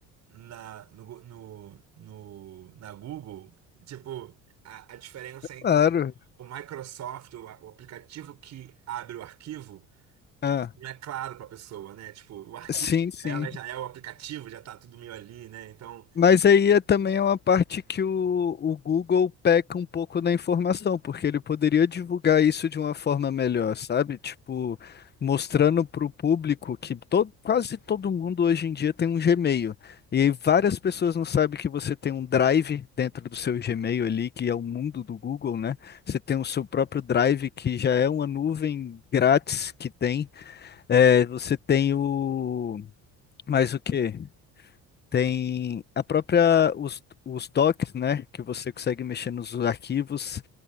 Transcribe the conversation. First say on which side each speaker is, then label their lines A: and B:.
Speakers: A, on the right; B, on the left.
A: na, no, no, no- na Google, tipo, a, a diferença entre
B: Claro.
A: o Microsoft, o, a- o aplicativo que abre o arquivo,
B: Ah,
A: não é claro para a pessoa, né? Tipo, o arquivo,
B: sim, sim.
A: ela já é o aplicativo, já tá tudo meio ali, né? Então,
B: Mas aí é também uma parte que o, o Google peca um pouco na informação, porque ele poderia divulgar isso de uma forma melhor, sabe? Tipo, mostrando para o público que todo, quase todo mundo hoje em dia tem um Gmail. E aí várias pessoas não sabem que você tem um Drive dentro do seu Gmail ali, que é o mundo do Google, né? Você tem o seu próprio Drive, que já é uma nuvem grátis que tem. É, você tem o. Mais o quê? Tem a própria, os, os docs, né, que você consegue mexer nos arquivos,